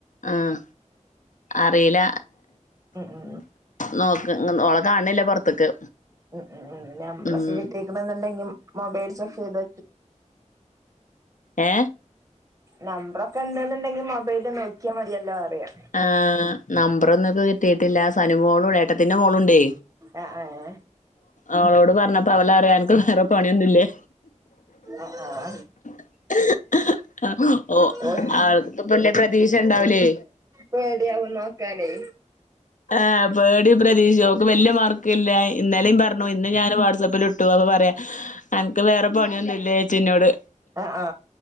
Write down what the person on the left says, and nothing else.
ആഹ അറിയില്ല
നോക്ക് ഓളെ കാണില്ല പൊറത്ത്ക്ക്
ഉം
ഏ
ആഹ നമ്പർ ഒന്നൊെ കിട്ടിയിട്ടില്ല എന്റെ മോളും ഏട്ടത്തിടെ മോളുമുണ്ടേ
അവളോട് പറഞ്ഞ തവല അറിയ എനക്ക് വേറെ പണിയൊന്നുംല്ലേ
<inaudible> ഓ
അവർപ്പല്ല പ്രതീക്ഷ ഉണ്ടാവലേ
ആ പേടിയ പ്രതീക്ഷ അവക്ക് വല്യ മാർക്ക് ഇല്ല ഇന്നലേും പറഞ്ഞു ഇന്ന് ഞാൻ വാട്സആപ്പിൽ ഇട്ടു അ പറയാ എനക്ക് വേറെ പണിയൊന്നുംല്ല ചേച്ചിോട്